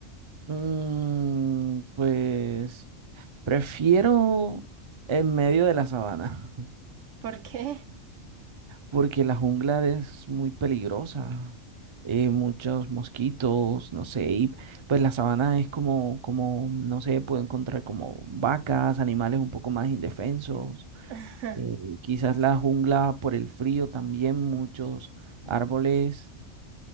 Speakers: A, on the right; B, on the right.
A: Mm, pues prefiero en medio de la sabana, <laughs>
B: ¿Por qué?
A: porque la jungla es muy peligrosa. eh, muchos mosquitos, no sé, y pues la sabana es como, como, no sé, puedo encontrar como vacas, animales un poco más indefensos.
B: <laughs>
A: eh, quizás la jungla por el frío también, muchos árboles.